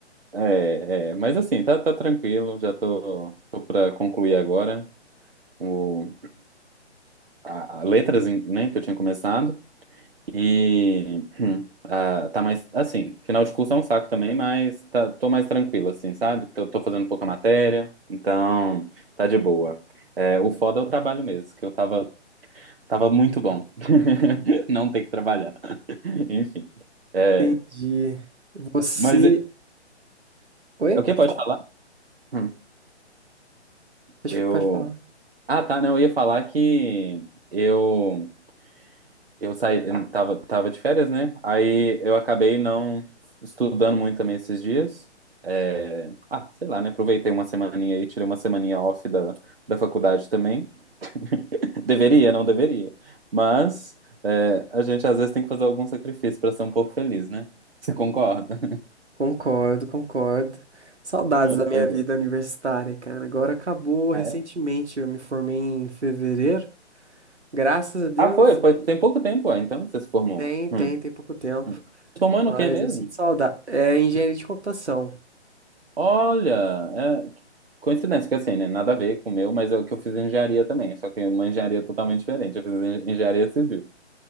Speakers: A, on the right; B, on the right.
A: É, é, mas, assim, tá, tá tranquilo. Já tô, tô pra concluir agora o, a, a letras, em- né, que eu tinha começado. E <clears throat> hum, ah, tá mais assim, final de curso é um saco também, mas tá, tô mais tranquilo, assim, sabe? Tô, tô fazendo pouca matéria, então tá de boa. É, o foda é o trabalho mesmo, que eu tava, tava muito bom. <laughs> Não ter que trabalhar. <laughs> Enfim. É,
B: Entendi. Você.
A: mas é,
B: Oi?
A: é o
B: Pode
A: que pode
B: falar?
A: falar? Hum,
B: Pode,
A: eu.
B: pode falar.
A: Ah, tá, não, eu ia falar que eu. Eu saí, eu tava, tava de férias, né? Aí eu acabei não estudando muito também esses dias. É, Ah, sei lá, né? Aproveitei uma semaninha aí, tirei uma semaninha off da, da faculdade também. <laughs> Deveria, não deveria. Mas é, a gente às vezes tem que fazer algum sacrifício para ser um pouco feliz, né? Você concorda?
B: Concordo, concordo. Saudades
A: <laughs>
B: da minha
A: Pois
B: vida universitária, cara. Agora acabou recentemente.
A: é. É.
B: Eu me formei em fevereiro. Graças a Deus.
A: Ah, foi, foi, tem pouco tempo, ah, então que você se formou.
B: Tem,
A: Hum.
B: tem, tem pouco tempo.
A: hum. Se formou no
B: Mas
A: quê mesmo?
B: eu sinto saudade. É engenharia de computação.
A: Olha, é, coincidência que assim, né? Nada a ver com o meu, mas é o que eu fiz em engenharia também, só que é uma engenharia totalmente diferente. Eu fiz en- engenharia civil.